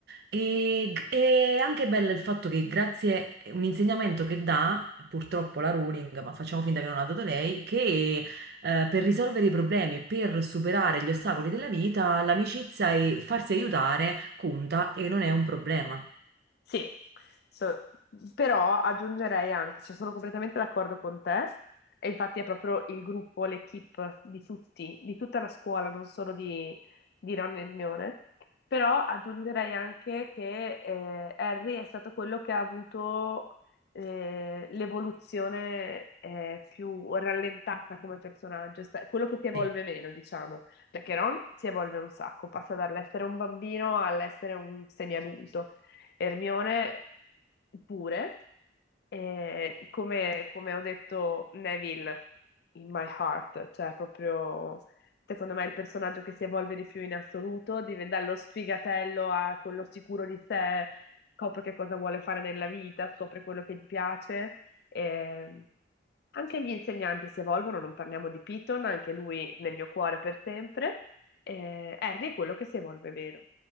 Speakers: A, on the right; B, on the left.
A: e, è anche bello il fatto che grazie a un insegnamento che dà, purtroppo la Rowling, ma facciamo finta che non ha dato lei, che eh, per risolvere i problemi, per superare gli ostacoli della vita, l'amicizia e farsi aiutare conta e non è un problema.
B: Sì, so- però aggiungerei anche, cioè sono completamente d'accordo con te, e infatti è proprio il gruppo, l'equipe di tutti, di tutta la scuola, non solo di, di Ron e Hermione, però aggiungerei anche che eh, Harry è stato quello che ha avuto eh, l'evoluzione eh, più rallentata come personaggio, è sta- quello che si evolve
A: Sì.
B: meno, diciamo, perché Ron si evolve un sacco, passa dall'essere un bambino all'essere un semiadulto Hermione pure, e come, come ho detto, Neville in my heart, cioè proprio secondo me è il personaggio che si evolve di più in assoluto, diven- dallo sfigatello a quello sicuro di sé, scopre che cosa vuole fare nella vita, scopre quello che gli piace. e anche gli insegnanti si evolvono, non parliamo di Piton, anche lui nel mio cuore per sempre. e Harry è quello che si evolve meno.